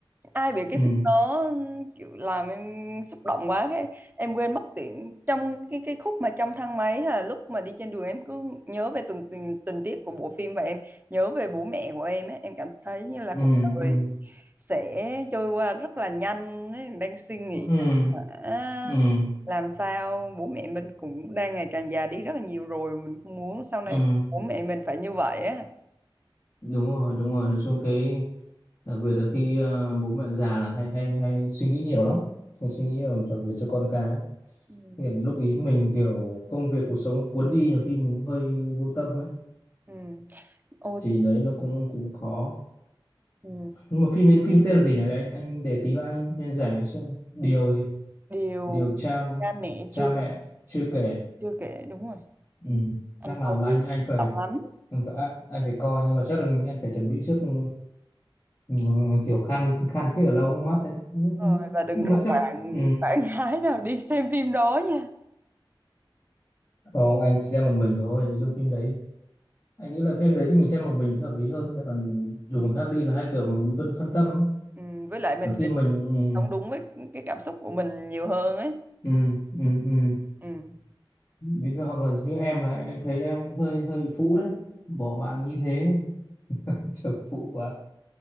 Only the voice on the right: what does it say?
ai biết cái
phim đó kiểu làm em xúc động quá cái em quên mất tiền trong cái cái khúc mà trong thang máy hay là lúc mà đi trên đường em cứ nhớ về từng tình, tình tiết của bộ phim và em nhớ về bố mẹ của em ấy. em cảm thấy như là
cuộc đời
sẽ trôi qua rất là nhanh ấy. Em đang suy nghĩ
à,
làm sao bố mẹ mình cũng đang ngày càng già đi rất là nhiều rồi mình không muốn sau này
bố mẹ mình phải như vậy á
Ừ.
Ừ. Ôi,
Ừ,
điều
cha mẹ
chưa
chưa kể đúng rồi
anh
coi
đi
động lắm
rồi và đừng
rủ
bạn
bạn <laughs> gái nào đi xem phim đó nha
ừ,
ừ, với lại mình
sẽ
sống đúng với cái cảm xúc của mình nhiều hơn ấy
ừ.